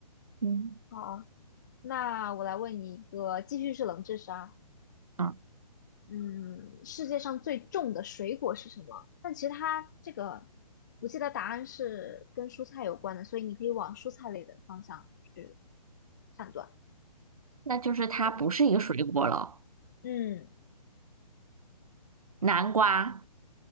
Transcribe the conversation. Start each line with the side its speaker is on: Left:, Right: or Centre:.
Right: 嗯
Left: 好，那我来问你一个，继续是冷知识啊。
Right: 嗯，
Left: 嗯，世界上最重的水果是什么？但其实它这个，我记得答案是跟蔬菜有关的，所以你可以往蔬菜类的方向去判断。
Right: 那就是它不是一个水果了。
Left: 重的，嗯，
Right: 南瓜，